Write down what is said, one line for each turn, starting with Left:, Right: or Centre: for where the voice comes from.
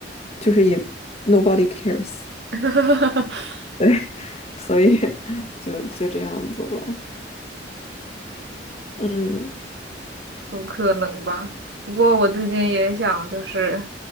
Left: 就是也 nobody cares，
Right: <laughs>
Left: 对，<laughs> 所以就就这样子了，嗯，
Right: 有可能吧。不过我最近也想就是